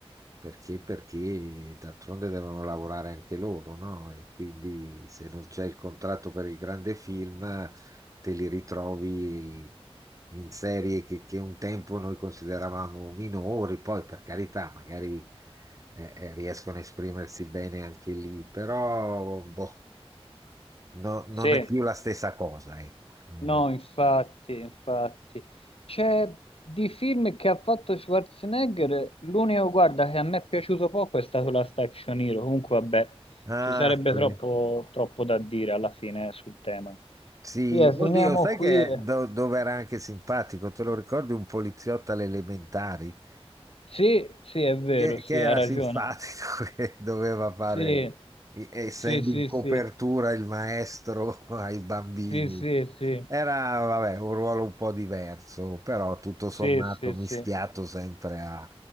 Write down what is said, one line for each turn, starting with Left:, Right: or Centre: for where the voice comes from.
Right: Perché? Perché d'altronde devono lavorare anche loro, no? E quindi se non c'è il contratto per il grande film, te li ritrovi in serie che, che un tempo noi consideravamo minori, poi per carità, magari eh, eh, riescono a esprimersi bene anche lì, però boh, no- non
Left: sì,
Right: è più la stessa cosa, ecco. Mm.
Left: no, infatti, infatti. C'è di film che ha fatto Schwarzenegger, l'unico, guarda, che a me è piaciuto poco è stato la Action Hero, comunque vabbè,
Right: Ah,
Left: ci sarebbe
Right: sì.
Left: troppo, troppo da dire alla fine sul tema.
Right: Sì.
Left: Via, finiamo
Right: oddio, sai
Left: qui.
Right: che do- dove era anche simpatico? Te lo ricordi un poliziotto alle elementari?
Left: Sì, sì, è vero,
Right: che,
Left: sì,
Right: che era
Left: ha ragione.
Right: simpatico, <laughs> che doveva fare,
Left: Sì.
Right: i- essendo
Left: Sì, sì,
Right: in copertura
Left: sì,
Right: il maestro <laughs> ai bambini.
Left: sì, sì, sì,
Right: Era, vabbè, un ruolo un po' diverso, però tutto sommato
Left: sì, sì,
Right: mischiato
Left: sì,
Right: sempre a-